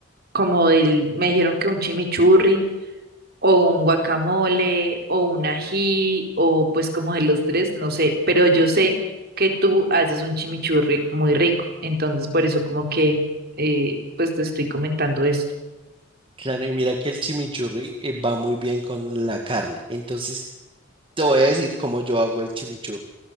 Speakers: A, on the right (about 50°); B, on the right (about 25°).
A: como del, me dijeron que un chimichurri o un guacamole, o un ají, o pues como de los tres, no sé, pero yo sé que tú haces un chimichurri muy rico, entonces por eso como que eh, pues te estoy comentando esto.
B: Claro, y mira que el chimichurri eh, va muy bien con la carne. Entonces, te voy a decir cómo yo hago el chimichurri.